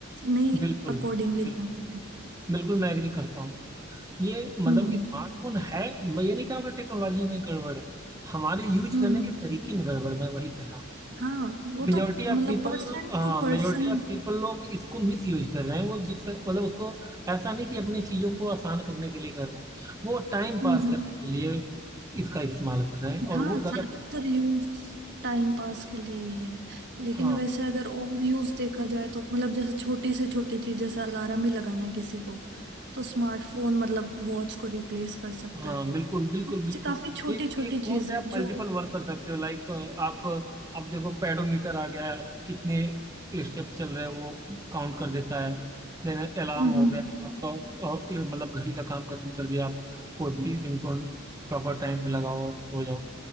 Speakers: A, on the right; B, on the right.
A: नहीं
B: बिल्कुल
A: अकॉर्डिंगली
B: बिल्कुल
A: जा पाती
B: बिल्कुल मैं एग्री करता हूँ ये मतलब
A: हम्म
B: स्मार्टफोन है मैं ये नहीं कह रहा हूँ कि टेक्नोलॉजी में गड़बड़ है हमारे यूज
A: हम्म
B: करने के तरीके में गड़बड़ मैं वही कह रहा हूँ
A: हाँ वो
B: Majority
A: तो मतलब
B: of people
A: पर्सन टू पर्सन
B: majority of people लोग इसको मिस यूज कर रहे हैं वो जिस मतलब उसको ऐसा नहीं कि अपने चीजों को आसान करने के लिए कर रहे हैं वो टाइम पास
A: हम्म हम्म।
B: करने के लिए इसका इस्तेमाल कर रहे हैं
A: हाँ
B: और वो
A: ज्यादातर
B: गलत है
A: यूज टाइम पास के लिए ही है लेकिन
B: हाँ
A: वैसे अगर ओवर यूज देखा जाए तो मतलब जैसे छोटी से छोटी चीज जैसे अलार्म ही लगाना है किसी को तो स्मार्टफोन मतलब वॉच को रिप्लेस कर सकता
B: हाँ
A: है
B: बिल्कुल बिल्कुल
A: इससे
B: बिल्कुल
A: काफी छोटी
B: एक
A: छोटी
B: एक
A: चीज
B: फोन से
A: है
B: आप
A: जो
B: मल्टीपल वर्क कर सकते हो लाइक आप आप देखो पेडोमीटर आ गया है आपको कितने स्टेप चल रहे हैं वो काउंट कर देता है देन अलार्म
A: हम्म
B: हो
A: हम्म
B: गया आपका अ, मतलब घड़ी का काम खत्म कर दिया आप कोई भी रिंगटोन प्रॉपर टाइम पे लगाओ और सो जाओ